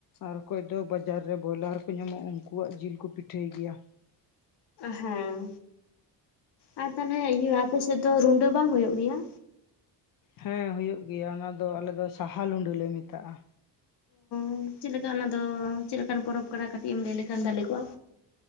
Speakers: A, on the left (about 50°); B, on the left (about 70°).
A: ᱟᱨ ᱚᱠᱚᱭ ᱫᱚ ᱵᱟᱡᱟᱨ ᱨᱮ ᱵᱚᱭᱞᱟᱨ ᱠᱚ ᱧᱟᱢᱚᱜᱼᱟ ᱩᱱᱠᱩᱣᱟᱜ ᱡᱤᱞ ᱠᱚ ᱯᱤᱴᱷᱟᱹᱭ ᱜᱮᱭᱟ᱾
B: ᱦᱮᱸ, ᱟᱨ ᱛᱟᱞᱦᱮ ᱤᱭᱟᱹ ᱟᱯᱮ ᱥᱮᱫ ᱫᱚ ᱨᱩᱰᱟᱹ ᱵᱟᱝ ᱦᱩᱭᱩᱜ ᱜᱮᱭᱟ?
A: ᱦᱮᱸ ᱦᱩᱭᱩᱜ ᱜᱮᱭᱟ ᱚᱱᱟ ᱫᱚ ᱟᱞᱮ ᱫᱚ ᱥᱟᱦᱟ ᱞᱩᱸᱰᱟᱹ ᱞᱮ ᱢᱮᱛᱟᱜᱼᱟ᱾
B: ᱩᱸ ᱪᱮᱫ ᱞᱮᱠᱟ ᱚᱱᱟ ᱫᱚ ᱪᱮᱫ ᱞᱮᱠᱟᱱ ᱯᱚᱨᱚᱵᱽ ᱠᱟᱱᱟ? ᱠᱟᱹᱴᱤᱡ ᱮᱢ ᱞᱟᱹᱭ ᱞᱮᱠᱷᱟᱱ ᱵᱷᱟᱞᱮ ᱠᱚᱜᱼᱟ᱾